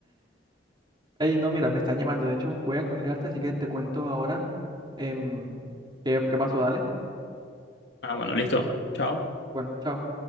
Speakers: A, on the right (about 25°); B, on the left (about 65°).
A: Ey, no, mira, me están llamando. De hecho, voy a colgarte, así que te cuento ahora em, qué, qué pasó. Dale.
B: Ah, bueno, listo. Chao.
A: Bueno, chao.